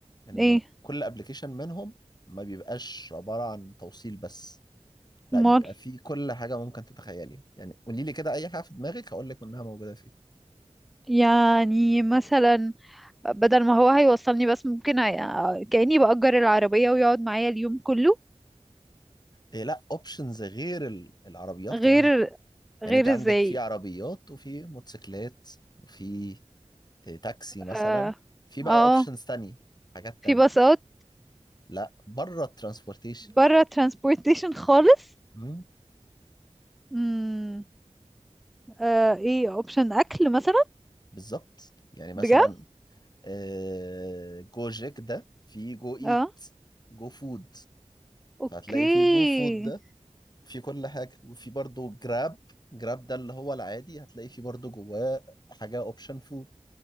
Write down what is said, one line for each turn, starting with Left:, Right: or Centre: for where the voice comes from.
Left: ان
Centre: ايه
Left: كل ابلكيشن منهم ما بيبقاش عباره عن توصيل بس لا
Centre: امال
Left: بيبقى فيه كل حاجة ممكن تتخيلي يعني قولي لي كده أي حاجة في دماغك هقول لك إنها موجودة فيه
Centre: يعني مثلا بدل ما هو هيوصلني بس ممكن هي... كأني بأجر العربية ويقعد معايا اليوم كله
Left: إيه لا أوبشنز غير ال- العربيات
Centre: غير
Left: كمان
Centre: غير
Left: يعني أنت عندك
Centre: ازاي
Left: في عربيات وفي موتوسيكلات وفي إيه، تاكسي مثلا
Centre: اه
Left: في بقى
Centre: آه،
Left: أوبشنز تانية حاجات تانية
Centre: في باصات
Left: لا بره الترانسبورتيشن
Centre: بره ترانسبورتيشن خالص
Left: مم،
Centre: امم آه ايه اوبشن اكل مثلا
Left: بالظبط يعني مثلا
Centre: بجد
Left: آه، جو جيك ده في جو إيت
Centre: اه
Left: جو فود
Centre: اوكي
Left: فهتلاقي في جو فود ده في كل حاجة وفي برضه جراب جراب ده اللي هو العادي هتلاقي فيه برضه جواه حاجة اوبشن فود